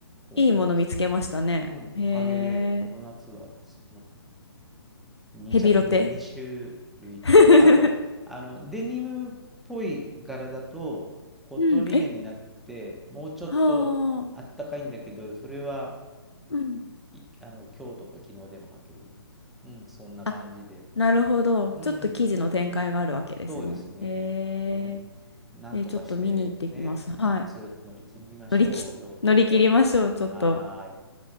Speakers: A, in the centre; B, on the left (about 80°).
A: そうなんですよ。
B: いいもの見つけましたね。
A: うん、
B: へえ、
A: おかげで、ドーナツは、その2着、
B: ヘビロテ。
A: 2、二種類と、
B: <laughs>
A: あと、あの、デニムっぽい柄だと、コットンリネンになって、
B: うん、え、
A: もうちょっとあったかいんだけど、
B: はあ、
A: それは、
B: うん。
A: いあの、今日とか昨日でも履けるの。うん、そんな感じで。
B: あ、なるほど。
A: うん、
B: ちょっと記事の展開があるわけですね。
A: そうですね。
B: へ
A: ね、なんとかして、
B: え、え、ちょっと見に行ってきます。
A: ね、
B: はい。
A: 夏乗り切りましょう、
B: 乗りき、
A: 洋服で。
B: 乗り切りましょう、ちょっと。
A: はーい。